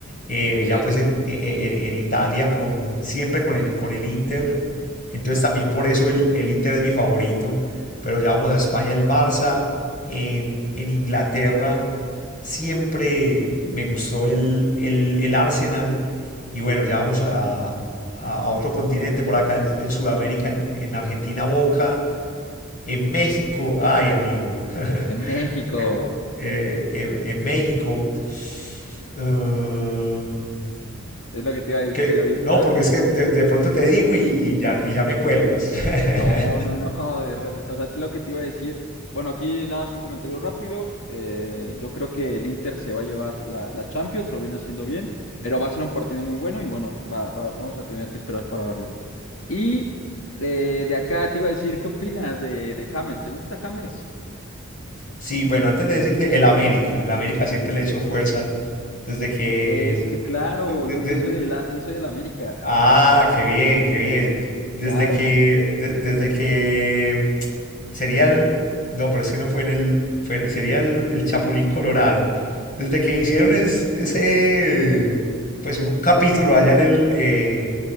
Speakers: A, on the left; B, on the left.
A: eh,
B: Ok.
A: ya pues en, e, e, en- en Italia con, siempre con el, con el Inter, entonces también por eso el, el Inter es mi favorito, pero ya vamos a España el Barça, en, en Inglaterra siempre me gustó el, el- el Arsenal y bueno, ya vamos a, a- a otro continente por acá en, en Sudamérica, en en Argentina Boca, en México, ay amigo. <laughs>
B: En México,
A: en, eh, en- en México. mm,
B: es lo que te iba a decir
A: que,
B: ahorita.
A: no, porque es que de, de pronto te digo y, y ya, y ya me cuelgas.
B: No,
A: <laughs>
B: no, no, de repente, o sea, lo que te iba a decir, bueno, aquí nada más un comentario rápido, eh, yo creo que el Inter se va a llevar la, la Champions, lo viene haciendo bien, pero va a ser un partido muy bueno y bueno, va- va- vamos a tener que esperar para verlo. Y eh, de acá te iba a decir, ¿qué opinas de, de James? ¿Te gusta James?
A: Sí, bueno, antes de decirte, el América. El América siempre le he hecho fuerza desde que...
B: Es que claro,
A: de- de-
B: yo,
A: de-
B: yo soy de la, yo soy del América,
A: ah, qué bien, qué bien. Desde
B: claro,
A: que, de- desde que sería el, no, pero es que no fue en el, fue en- sería el, el Chapulín Colorado. Desde que hicieron es- ese, pues un, un capítulo allá en el, eh,